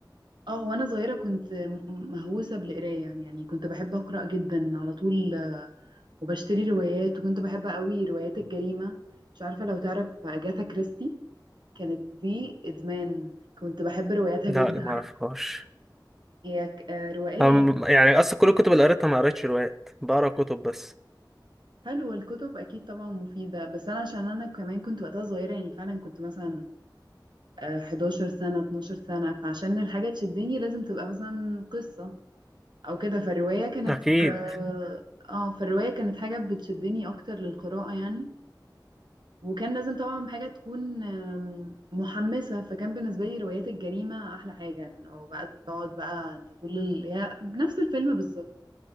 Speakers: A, on the right; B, in the centre.
A: اه وانا صغيرة كنت م- مهووسة بالقراية يعني كنت بحب أقرأ جدا على طول آه، وبشتري روايات وكنت بحب قوي روايات الجريمة مش عارفة لو تعرف أجاثا كريستي كانت دي إدمان كنت بحب رواياتها
B: لا
A: جدا
B: ما أعرفهاش
A: هي ك- آه، روائية
B: أم-
A: يعني
B: يعني أصلا كل الكتب اللي قريتها ما قريتش روايات بقرا كتب بس
A: حلو الكتب اكيد طبعا مفيده بس انا عشان انا كمان كنت وقتها صغيره يعني فعلا كنت مثلا آه، 11 سنه 12 سنه فعشان الحاجه تشدني لازم تبقى مثلا قصه او كده فالروايه كانت
B: أكيد
A: اه آه، فالروايه كانت حاجه بتشدني اكتر للقراءه يعني وكان لازم طبعا حاجه تكون آم، محمسه فكان بالنسبه لي روايات الجريمه احلى حاجه انه بقى تقعد بقى انت طول ال... هي نفس الفيلم بالظبط